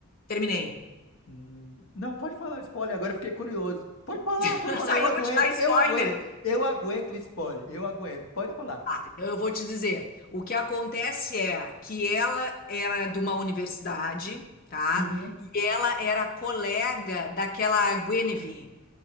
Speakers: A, on the left; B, on the left.
A: terminei.
B: Hum, não, pode falar spoiler, agora eu fiquei curioso. Pode falar,
A: <laughs> Isso
B: pode falar.
A: aí
B: Eu
A: eu
B: aguento,
A: vou te dar spoiler.
B: eu aguento, eu aguento o spoiler. Eu aguento, pode falar.
A: Tá, então eu vou te dizer. O que acontece é que ela era de uma universidade, tá?
B: Uhum.
A: E ela era colega daquela Guinevere.